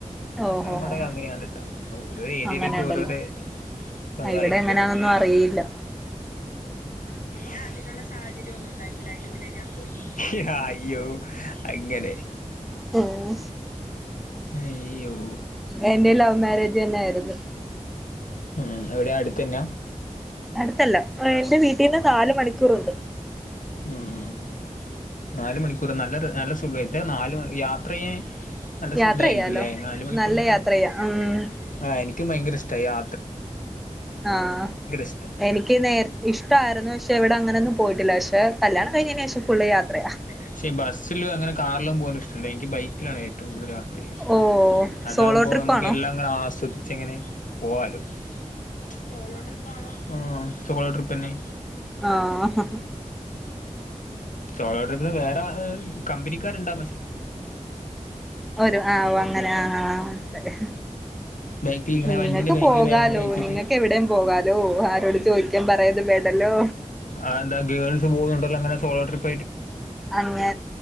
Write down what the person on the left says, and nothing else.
ഞങ്ങളഅങ്ങോട്ടെക്ക്
അങ്ങനെയാണ് ട്ടോ ഓരോ ഏരിയയിലേക്ക്
ഓരോരോ അതായിരിക്കുവല്ലോ
ഞാൻ അതിനുള്ള സാഹചര്യം ഒന്നും ഉണ്ടാക്കില്ല അതിനു മുന്നേ ഞാൻ പോയി അയ്യോ അങ്ങനെ
അയ്യോ
ഉം എവിടെ അടുത്തന്നെയാ
മ് മ് നാല് മണിക്കൂറ് നല്ല രസ നല്ല സുഖ എത്രാ നാല് യാത്ര ചെയ്യാൻ നല്ല ശുഖായിരിക്കുല്ലേ
നാലു മണിക്കൂറൊക്കെ
നല്ല
യാത്രയാ
ആ എനിക്കും ഭയങ്ക ഇഷ്ടായി യാ
ഇഷ്ട
പക്ഷേ ബസ്സിലും അങ്ങനെ കാറിലും പോകാനും ഇഷ്ടില്ല എനിക്ക് ബൈക്കിലാണ് ഏറ്റവും കൂടുതൽ യാത്ര അത്രഷം
അതാകുമ്പോ
നമുക്ക് എല്ലാം അങ്ങനെ ആസ്വദിച്ചങ്ങനെ പോവാലോ സോളോ ട്രിപ്പാണോ ആ സോളോ ട്രിപ്പ് തന്നെ
സോളോ ട്രിപ്പിന് വേറെ കമ്പനിക്കാരുണ്ടാ
ബേക്കിൽ ഇങ്ങനെ
വണ്ടീന്റെ ബേക്കിൽ
ബേഗൊക്കെ വെച്ചിട്ട്
ആയെന്ത എന്താ ഗേൾസ് പോന്നുണ്ടല്ലോങ്ങനെ സോളോട്രിപ്പ്